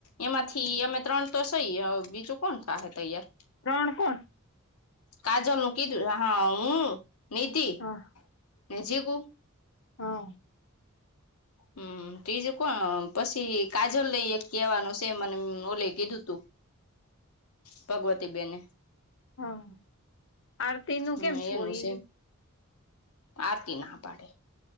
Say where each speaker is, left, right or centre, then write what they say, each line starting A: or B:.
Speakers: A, on the left; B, on the left.
A: એમાંથી અમે ત્રણ તો સઈ બીજું કોણ થા તૈયાર
B: ત્રણ કોણ
A: કાજલ નું કીધું હા હું નીતિ
B: હા
A: ને જે ક
B: હા
A: હમ બીજું કોણ પછી કાજલ લઈ કેવાનું છે મને ઓલે કીધું તું ભગવતીબેને
B: હા આરતી નું
A: હમ
B: કેમ છોય
A: એનું છે આરતી ના પાડે